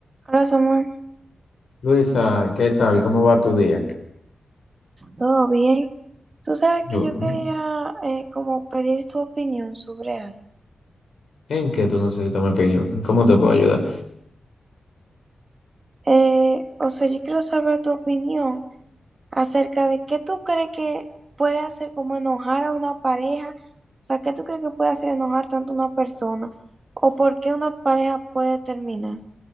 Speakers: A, on the right; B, on the left.
A: Hola Samuel,
B: Luisa, ¿qué tal? ¿Cómo va tu día?
A: ¿todo bien? Tú sabes
B: Y
A: que
B: Bueno,
A: yo quería eh, como pedir tu opinión sobre algo.
B: ¿En qué tú necesitas mi opinión? ¿Cómo te puedo ayudar?
A: Eh, o sea, yo quiero saber tu opinión acerca de qué tú crees que puede hacer como enojar a una pareja. O sea, qué tú crees que puede hacer enojar tanto a una persona o por qué una pareja puede terminar.